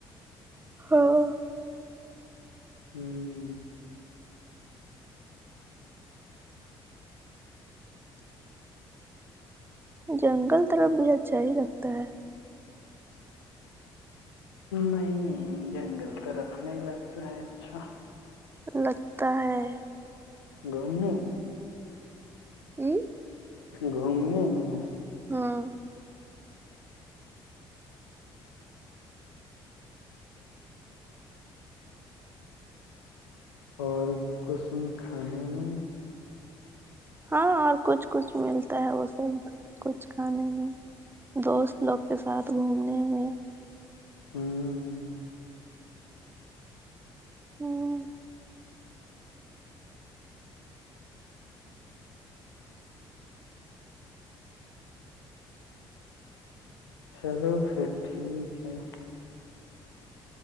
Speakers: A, on the right; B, on the left.
A: ہاں
B: ہوں
A: جنگل طرف بھی اچھا ہی لگتا ہے
B: <unintelligible> نہیں جنگل تو رکھنے لگتا ہے اچھا
A: لگتا ہے
B: گھومنے میں
A: ہوں،
B: گھومنے میں
A: ہاں
B: اور کسم کھانے میں
A: ہاں اور کچھ کچھ ملتا ہے وہ سب کچھ کھانے میں دوست لوگ کے ساتھ گھومنے میں
B: ہوں
A: ہوں
B: چلو پھر ٹھیک ہے